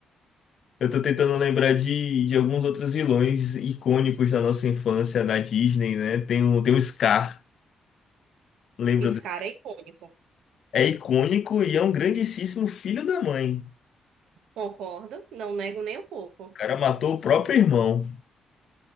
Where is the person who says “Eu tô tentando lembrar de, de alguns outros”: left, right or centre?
Left